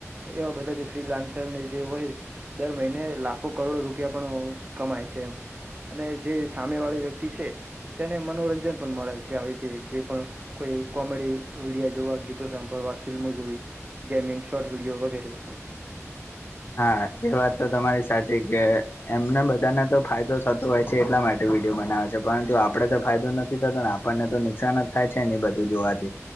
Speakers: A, on the right; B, on the left.
A: એવા બધા જ ફ્રીલાન્સ <unintelligible> જે હોય દર મહિને લાખો કરોડો રૂપિયા પણ કમાય છે એમ. અને જે સામે વાળી વ્યક્તિ છે. તેને મનોરંજન પણ મળે છે આવી રીતે જે પણ કોઈ કોમેડી વિડિયા જોવા ગીતો સાંભળવા ફિલ્મો જોવી કે ગેમિંગ શોટ વિડડીયો વગેરે.
B: હા એ વાત તો તમારી સાચી કે એમને બધાને તો ફાયદો થ તો હોય છે એટ માટે વિડીયો બનાવે છે. પરંતુ આપડે તો ફાયદો નથી થતો ને આપણને તો નુકસાન જ થાય છે ને બધું જોવાથી